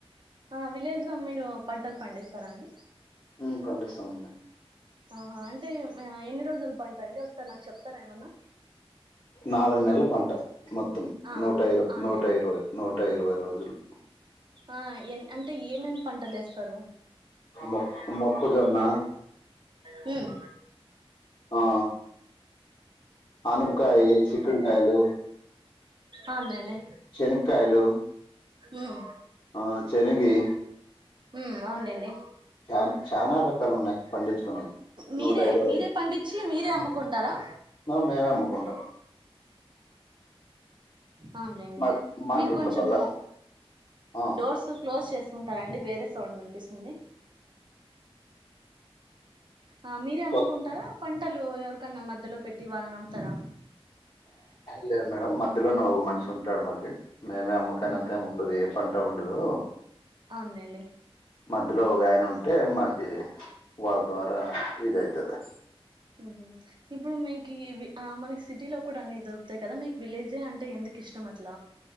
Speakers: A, on the right; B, on the left.
A: ఆ విలేజ్ లో మీరు పంటలు పండిస్తారాండి
B: ఉ పండిస్తామండి
A: ఆహా అంటే ఎన్ని రోజులు పంట అండి ఒకసారి నాకు చెప్తారా ఏమన్నా
B: నాలుగు నెలల పంట మొత్తం
A: ఆ
B: నూట
A: అవునులేండి
B: నూట ఇరవై నూర్ ఇరవై రోజులు
A: ఆ ఎ అంటే ఏమేమి పంటలు ఎస్తారు
B: మ మొక్కుజొన్నా
A: మ్మ్
B: ఆ అనపకాయి సిక్కుడికాయలు
A: అవునులేండి
B: శనగకాయలు
A: ఉమ్
B: ఆ శెనిగి
A: ఉ అవును లేండి
B: చాన్ చాలా రకాలు ఉన్నాయి పండించుకునేకి
A: మీరే
B: నూట ఇరవరు
A: మీరే పండించి మీరే అమ్ముకుంటారా
B: ఆ మేమే అమ్ముకుంటాం
A: అవున్లేండి
B: మా మాకు
A: మీరు
B: ఇట్లా
A: కొంచము
B: బల్ల ఆ
A: డోర్స్ క్లో రొజ్ చేసుకుంటారాండి వేరే సౌండ్ వినిపిస్సుంది. ఆ మీరే అమ్ముకుంటారా.
B: ఓకే.
A: పంటలు ఎవర్కన్నా మథ్థిలో పెట్టి వాళ్ళ్ నమ్ముతారా.
B: లేదు మేడం మథ్థిలోనో ఒ మన్షి ఉంటాడు మాకి మేమే అమ్మకానంతేం
A: ఉహు
B: ఉండదు ఏ పంట ఉండదు.
A: అవునులేండి
B: మథ్థలో ఉగాయన ఉంటే మ ఎ, వాళ్ ద్వారా ఇదె తది
A: హుహు, ఇప్పుడు మీకి ఇవి ఆ మనకి సిటీలో కూడా అన్ని దొరుకుతయ్ కదా, మీక్ విలేజే అంటే ఎందుకిష్టం అట్ల.